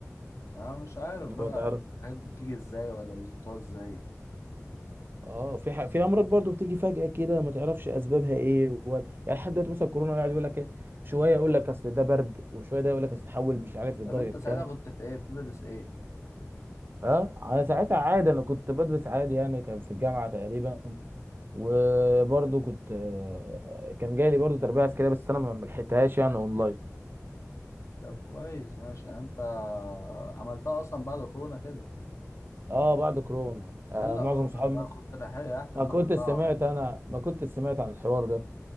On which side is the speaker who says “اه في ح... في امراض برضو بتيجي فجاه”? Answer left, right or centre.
Right